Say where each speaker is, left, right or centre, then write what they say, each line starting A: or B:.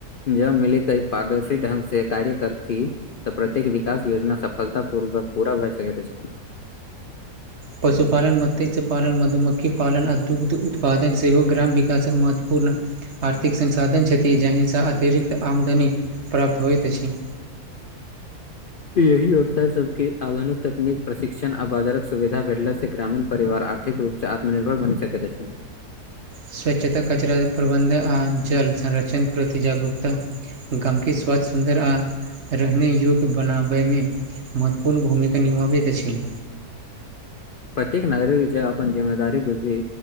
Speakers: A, on the left (about 80°); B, on the right (about 45°).
A: जब मिली तऽ पारदर्शी ढ्ंग से कार्य करथिी तऽ प्रत्येक विकास योजना सफलता पूर्वक पूरा भए सकत अछि
B: पशुपालन मत्स्य पालन मधुमक्खी पालन आ दुग्ध उत्पादन सेहो ग्राम विकासक महत्वपूर्ण आर्थिक संसाधन छथि जाहिसँ अतिरिक्त आमदनी प्राप्त होइत अछि
A: यही ववस्था सब के आधुनिक तकनीक प्रशिक्षण आ बाजारक सुविधा भेटला से ग्रामीण परिवार आ िक रूपसँ आत्मनिर्भर बनि सकैत अछि
B: स्वच्छता कचरा प्रबन्ध आ जल संरक्षण प्रति जागरूकता गमकेी स्वास्थ सुन्दरा रहने योग्य बनाबयमे महत्वपूर्ण भूमिका निभाबैत अछि
A: प्रत्येक नागरिक जँ अपन जिम्मेदार बुजी